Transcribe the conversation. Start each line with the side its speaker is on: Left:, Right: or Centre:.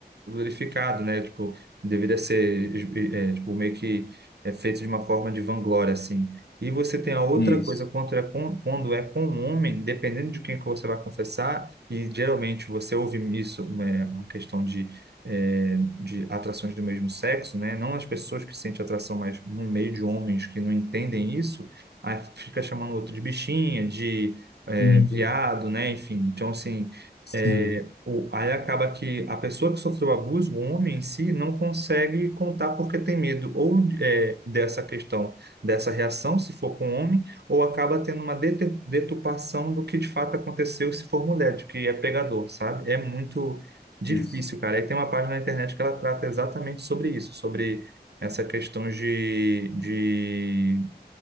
Right: glorificado, né? Tipo, deveria ser, é, tipo, meio que é feito de uma forma de vanglória, assim. E você tem a outra
Left: Isso.
Right: coisa, quando é com, quando é com um homem, dependendo de quem que você vai confessar, e geralmente você ouve isso, é, uma questão de, é, de atrações do mesmo sexo, né? Não as pessoas que sentem atração, mas no meio de homens que não entendem isso, aí fica chamando o outro de bichinha, de, é,
Left: Uhum.
Right: viado, né? Enfim, então, assim,
Left: Sim,
Right: é, o- aí acaba que a pessoa que sofreu abuso, o homem em si, não consegue contar porque tem medo ou é, dessa questão, dessa reação, se for com homem, ou acaba tendo uma deter- deturpação do que de fato aconteceu se for mulher, de que é pegador, sabe? É muito difícil,
Left: isso.
Right: cara. Aí tem uma página na internet que ela trata exatamente sobre isso, sobre essa questão de, de,